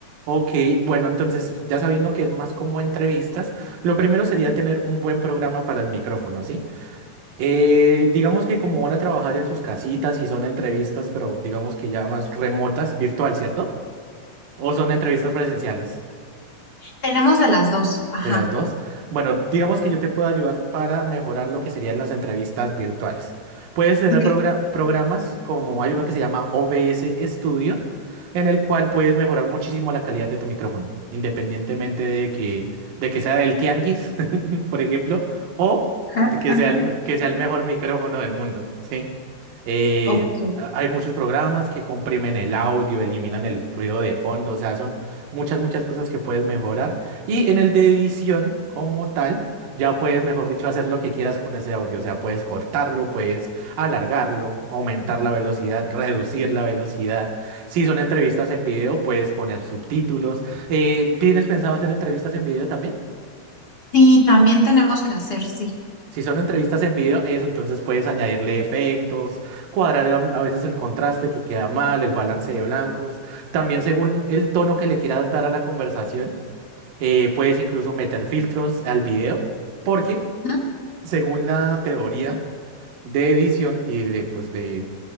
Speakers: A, on the right; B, on the left.
A: Ok, bueno, entonces ya sabiendo que es más como entrevistas, lo primero sería tener un buen programa para el micrófono, ¿sí? Eh, digamos que como van a trabajar en sus casitas y son entrevistas, pero digamos que ya más remotas, virtual, ¿cierto? ¿O son entrevistas presenciales?
B: Tenemos de las dos, ajá.
A: De las dos. Bueno, digamos que yo te puedo ayudar para mejorar lo que serían las entrevistas virtuales. Puedes tener
B: Ok,
A: progra- programas como hay uno que se llama OBS Studio, en el cual puedes mejorar muchísimo la calidad de tu micrófono, independientemente de que, de que sea del tianguis, <laughs> por ejemplo, o
B: Ajá,
A: de que
B: ajá.
A: sea el, me- que sea el mejor micrófono del mundo, ¿sí? Eh,
B: Ok.
A: a- hay muchos programas que comprimen el audio, eliminan el ruido de fondo, o sea, son muchas, muchas cosas que puedes mejorar. Y en el de edición, como tal, ya puedes, mejor dicho, hacer lo que quieras con ese audio. O sea, puedes cortarlo, puedes alargarlo, aumentar la velocidad, reducir la velocidad. Si son entrevistas en video, puedes poner subtítulos. Eh, ¿tienes pensado hacer entrevistas en video también?
B: Sí, también tenemos que hacer, sí.
A: Si son entrevistas en video, eso, entonces puedes añadirle efectos, cuadrar am- a veces el contraste que queda mal, el balance de blancos. También según el tono que le quieras dar a la conversación, eh, puedes incluso meter filtros al video. porque
B: ¿Mm?
A: según la teoría de edición y de, pues de,